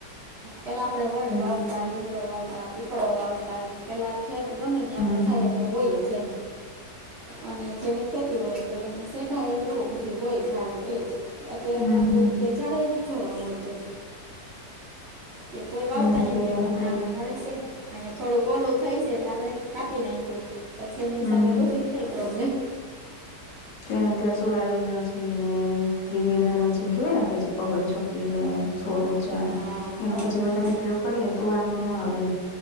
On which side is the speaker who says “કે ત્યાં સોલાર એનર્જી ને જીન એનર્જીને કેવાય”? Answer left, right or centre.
Left